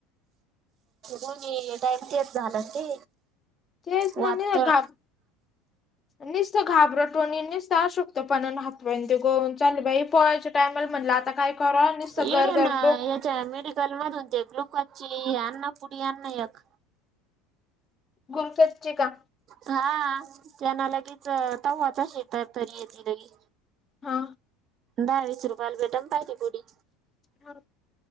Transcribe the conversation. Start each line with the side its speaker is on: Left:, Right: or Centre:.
Right: दोन्ही टाईम ते झालंय ते.
Left: तेच नाही
Right: वातळ
Left: नाही गम. नसत घाबरटोणी नसतं अशक्त पणान हात पाय ते गळून चाल बा पोळायच्या टाईमला म्हटलं आता काय? करा. आणि अस
Right: इडून
Left: गरगर डोक
Right: मेडिकल मधून ते ग्लुकोज ची आण ना पुडी, आण ना एक.
Left: ग्लुकोजची का?
Right: हा त्यांना लगेच तव्हाचा शेतात तरी ये ती लगेच.
Left: हा.
Right: दहावीस रुपयाला भेट पाहिे पुुडी.
Left: हा.